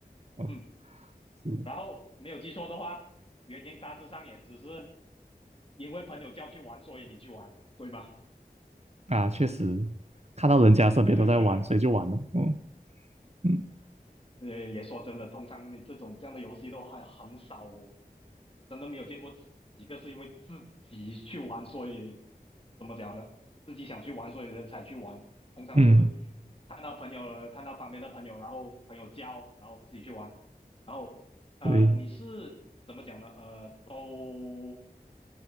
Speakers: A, on the right; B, on the left.
A: <laughs> 嗯，
B: 嗯，
A: 是
B: 然后没有记错的话，原因大致上也只是因为朋友叫去玩，所以你去玩，对吗？
A: 啊，确实看到人家身边都在玩，
B: <laughs>
A: 所以就玩了。嗯嗯
B: 也也说真的，通常你这种这样的游戏都还很少，真的没有见过几个是因为自己去玩，所以怎么讲呢？自己想去玩，所以才去玩。通常都是
A: 嗯，
B: 看到朋友，看到旁边的朋友，然后朋友教，然后自己去玩。然后呃，
A: 对。
B: 你是怎么讲呢？呃，都